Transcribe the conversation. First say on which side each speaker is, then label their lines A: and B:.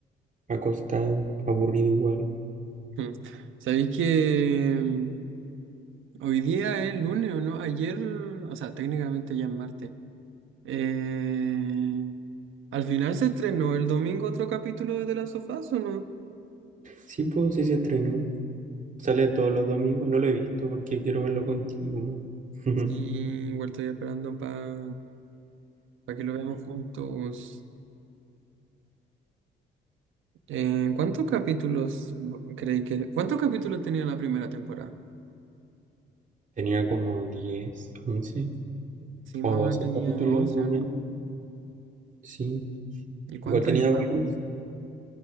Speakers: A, on the right; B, on the right.
A: acostado, aburrido igual.
B: Hmm. ¿Sabéis que mm, hoy día es lunes o no? Ayer, o sea, técnicamente ya es martes. Eh, al final se estrenó el domingo otro capítulo de The Last of Us, ¿o no?
A: Sí, pues sí se estrenó. Sale todos los domingos, no lo he visto porque quiero verlo contigo. <laughs>
B: Sí, igual estoy esperando para que lo veamos juntos. Eh, ¿cuántos capítulos creéis que... ¿Cuántos capítulos tenía la primera temporada?
A: Tenía como 10, 11
B: Sí, más
A: o 12
B: o menos tenía
A: capítulos
B: 11,
A: más o menos.
B: ¿no?
A: Sí,
B: ¿Y cuánto
A: igual tenía
B: le pagó?
A: varios.